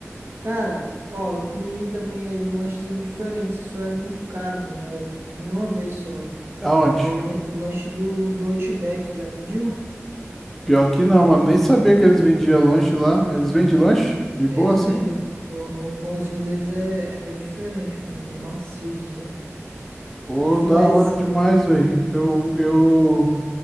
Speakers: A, on the right; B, in the centre.
A: Cara, ó, eu comi também ele, um lanchezinho diferente, assim, só é muito caro, mano, mas eu comi uma vez só.
B: Aonde?
A: É o lan- lanche do, do Outback, já pediu?
B: Pior que não, mano. Nem sabia que eles vendiam lanche lá. Eles vendem lanche? De boa,
A: Eles
B: assim?
A: vendem, o, o, o pãozinho deles é, é bem diferente, mano, bem maciozinho.
B: Pô,
A: Bem filezinho.
B: da hora demais, velho. Eu, eu...